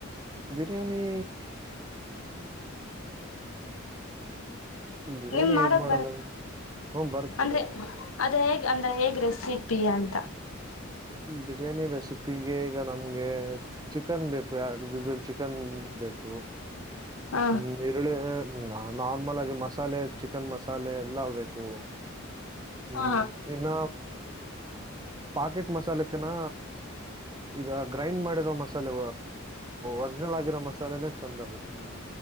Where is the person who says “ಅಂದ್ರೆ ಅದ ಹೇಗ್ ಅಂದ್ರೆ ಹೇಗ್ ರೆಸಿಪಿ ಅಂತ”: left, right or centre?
Left